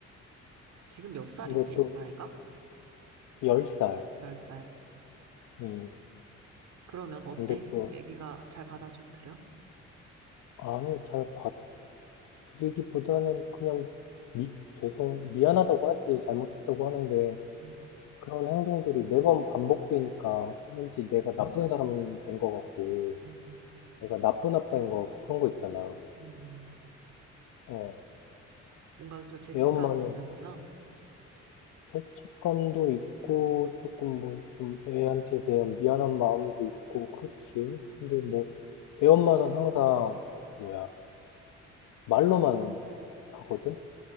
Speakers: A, on the right; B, on the left.
A: 지금 몇 살이지?
B: 근데 또,
A: 아이가?
B: 10살.
A: 열 살.
B: 음,
A: 그러면 어때?
B: 근데 또,
A: 애기가 잘 받아주드려?
B: 아니, 잘 받아들이기보다는 그냥, 미, 죄송, 미안하다고 하지. 잘못했다고 하는데,
A: 음,
B: 그런 행동들이 매번 반복되니까 왠지 내가 나쁜 사람 된 것 같고,
A: 음,
B: 내가 나쁜 아빠인 것 같고, 그런 거 있잖아.
A: 음.
B: 어,
A: 뭔가 그 죄책감
B: 애 엄마는
A: 드는구나.
B: 죄책감도 있고, 조금 뭐, 좀 애한테 대한 미안한 마음도 있고, 그렇지.
A: 음,
B: 근데 뭐, 애 엄마는 항상, 그 뭐야, 말로만 하거든?